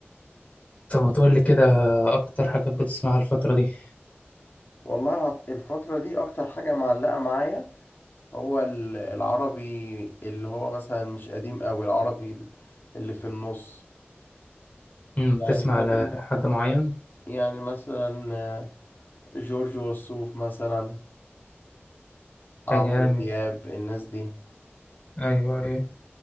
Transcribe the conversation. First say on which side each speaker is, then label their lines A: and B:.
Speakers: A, on the left (about 35°); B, on the left (about 50°).
A: طب ما تقول لي كده اكتر حاجات بتسمعها الفتره دي
B: والله عط- الفترة دي أكتر حاجة معلقة معايا هو ال- العربي اللي هو مثلا مش قديم أوي العربي اللي في النص
A: امم
B: يعني
A: بتسمع
B: فترة
A: ل- لحد معين
B: يعني مثلا آه، جورج وسوف مثلا
A: يا
B: عمرو
A: جامد
B: دياب الناس دي
A: ايوه ايه